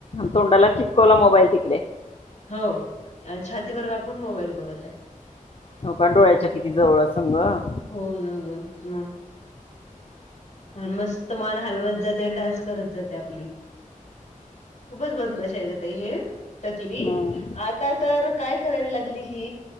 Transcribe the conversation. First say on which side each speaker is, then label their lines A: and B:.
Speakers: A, on the left; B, on the left.
A: तोंडाला चिपकवला मोबाईल तिकडे.
B: हो आणि छातीवर वाकून मोबाईल बघत हाय.
A: हो का डोळ्याच्या किती जवळ असन गं.
B: हो ना, गं मग. आणि मस्त मान हलवत जाते, डान्स करत जाते आपली. खूपच बदमाश हाय गं ताई हे. ही टकली
A: हम्म
B: आत त्यात तर काय करायला लागली ही.